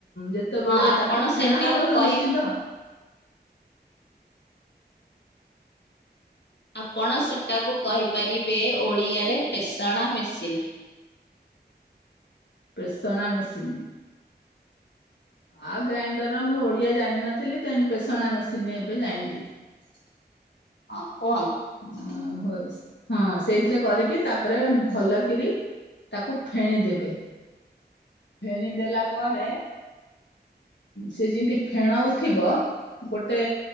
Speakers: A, on the left; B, on the left.
A: ଯେତେବେଳେ
B: ହଁ ଆପଣ
A: ତାକୁ ଫେଣା
B: ସେଟାକୁ
A: ହବ ତ
B: କହି
A: ନିଶ୍ଚିନ୍ତ ।
B: ଆପଣ ସେଟାକୁ କହିପାରିବେ ଓଡ଼ିଆରେ ପେଶଣା ମେସିନ୍ । <inaudible>
A: ପେସଣା ମେସିନ୍ । ଆଉ ଗ୍ରାଇଣ୍ଡର ର ମୁଁ ଓଡିଆ ଜାଣିିନଥିଲି ତେଣୁ ପେଷଣା ମେସିନ୍ ଏବେ ଜାଣିଲି ।
B: ହଁ କୁହନ୍ତ ।
A: ହ ହଁ ସେଇଥିରେ କରିକି ତାପରେ ଭଲ କିରି ତାକୁ ଫେଣି ଦେବେ ଫେଣି ଦେଲା ପରେ ସେ ଯେମିତି ଫେଣ ଉଠିବ ଗୋଟେ